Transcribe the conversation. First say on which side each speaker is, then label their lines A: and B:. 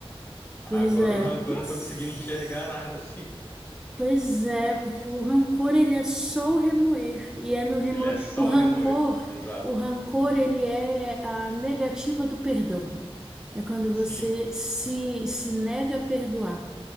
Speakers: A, in the centre; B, on the left.
A: Pois
B: Agora,
A: é.
B: o rancor
A: Mas.
B: eu não tô conseguindo enxergar <laughs> nada assim.
A: Pois é, porque o rancor ele é só o remoer. E é no remoer.
B: Ele é só
A: O rancor,
B: o remoer. Exato.
A: o rancor ele é a negativa do perdão. É quando você
B: Sim,
A: se, se nega a perdoar.